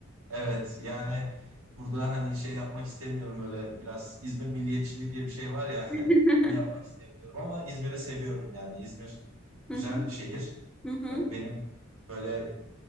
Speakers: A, on the right; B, in the centre.
A: Evet yani burada hani şey yapmak istemiyorum böyle biraz İzmir milliyetçiliği diye bir şey var ya
B: <laughs>
A: <laughs> onu yapmak istemiyorum ama İzmir'i seviyorum yani İzmir
B: Hı
A: güzel
B: hı,
A: bir şehir.
B: hı hı,
A: Ee, Benim böyle